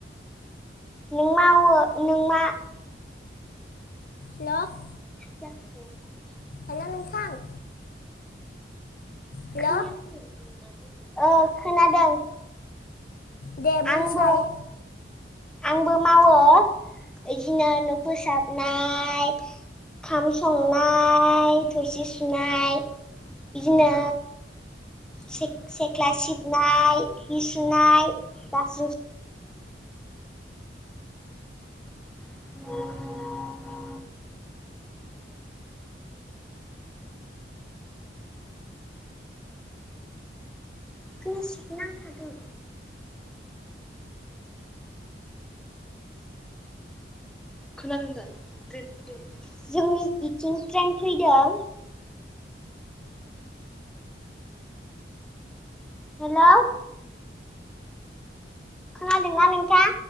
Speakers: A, in the centre; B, on the left.
A: नों मोवो नों मा
B: हेल'
A: <unintelligible>
B: हेल' नोंथां। हेल'
A: खोनायाखै? औ खोनादों।
B: देबुंसाय
A: आंबो आंबो मावो बिदिनो न' फोसाबनाय ओंखाम संनाय थोरसि सुनाय बिदिनो सिक सिख्ला सिबनाय हि सुनाय बासुन <unintelligible> खोनासि नांथादों खोनादोंदा जोंनि इथिं ट्रेन फैदों होन जोंनि बिथिं ट्रेन फैदों <inaudible> हेल' खोनादोंना नोंथां?